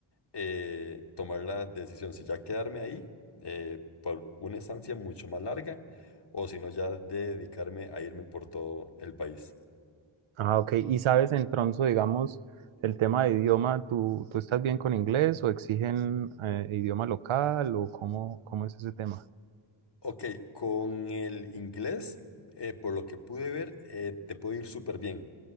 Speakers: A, on the left (about 55°); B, on the right (about 75°).
A: eh, tomar la decisión si ya quedarme ahí eh, por una estancia mucho más larga o si no ya dedicarme a irme por todo el país.
B: Ah, ok. ¿Y sabes en Tronzo, digamos, el tema de idioma, ¿tú, tú estás bien con inglés o exigen eh, idioma local o cómo, cómo es ese tema?
A: Ok, con el inglés, eh, por lo que pude ver, eh, te puede ir súper bien.